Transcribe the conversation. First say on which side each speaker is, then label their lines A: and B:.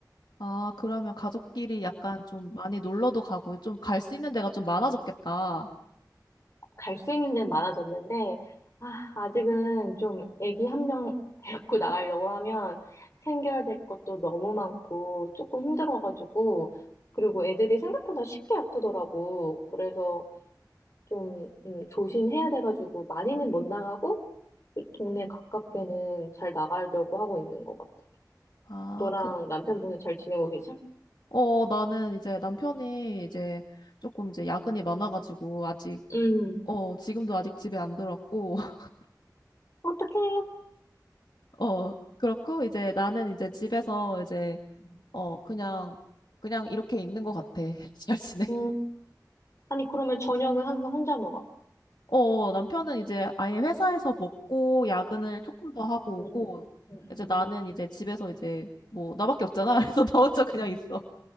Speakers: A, on the left; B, on the left.
A: 아, 그러면 가족끼리 약간 좀 많이 놀러도 가고, 좀 갈 수 있는 데가 좀 많아졌겠다.
B: 갈 수 있는 데는 많아졌는데, 아, 아직은 좀 애기 한 명 <laughs> 데리고 나가려고 하면 챙겨야 될 것도 너무 많고 조금 힘들어가지고, 그리고 애들이 생각보다 쉽게 아프더라고. 그래서 좀 음, 조심해야 돼가지고 많이는 못 나가고, 그 동네 가깝게는 잘 나가려고 하고 있는 것 같아.
A: 아,
B: 너랑
A: 그,
B: 남편분은 잘 지내고 계셔?
A: 어, 나는 이제 남편이 이제 조금 이제 야근이 많아가지고, 아직,
B: 음.
A: 어, 지금도 아직 집에 안 들어왔고, <laughs>
B: 어떡해.
A: 어, 그렇고, 이제 나는 이제 집에서 이제,
B: 음.
A: 어, 그냥, 그냥 이렇게 있는 것 같아. <laughs> 잘 지내?
B: 음, 아니, 그러면 저녁은 항상 혼자 먹어?
A: 어, 어, 남편은 이제 아예 회사에서 먹고 야근을 조금
B: 응,
A: 더 하고
B: 응.
A: 오고,
B: 응, 응,
A: 이제
B: 응.
A: 나는 이제 집에서 이제 뭐 나밖에 없잖아. <laughs> 그래서 나 혼자 그냥
B: 음.
A: 있어.